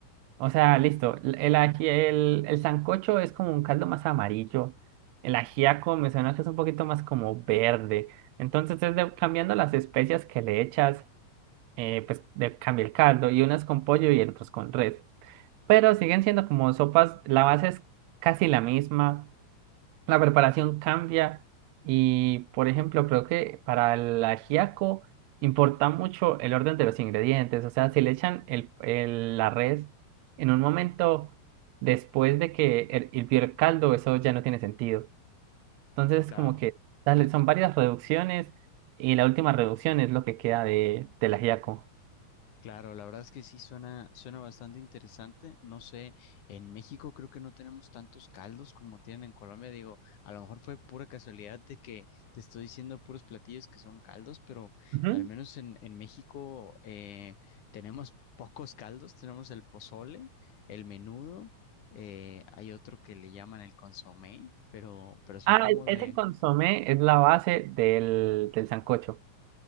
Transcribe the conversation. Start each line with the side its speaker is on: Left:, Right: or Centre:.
Right: O sea,
Left: O-
Right: listo. El, el, ají- el, el sancocho es como un caldo más amarillo. El ajiaco me suena que es un poquito más como verde. Entonces, es de- cambiando las especias que le echas, eh, pues de, cambia el caldo. Y unas con pollo y otras con res. pero siguen siendo como sopas, la base es casi la misma, la preparación cambia y, por ejemplo, creo que para el ajiaco importa mucho el orden de los ingredientes, o sea, si le echan el, el- la res en un momento después de que hir- hirvió el caldo, eso ya no tiene sentido. Entonces,
Left: Claro.
Right: como que dale, son varias reducciones y la última reducción es lo que queda de, del ajiaco.
Left: Claro, la verdad es que sí suena, suena bastante interesante. No sé, en México creo que no tenemos tantos caldos como tienen en Colombia. Digo, a lo mejor fue pura casualidad de que te estoy diciendo puros platillos que son caldos, pero
Right: Ujú.
Left: al menos en, en México eh, tenemos pocos caldos. Tenemos el pozole, el menudo, eh, hay otro que le llaman el consomé, pero, pero son
Right: Ah,
Left: como
Right: e-
Left: de
Right: ese consomé es la base del, del sancocho.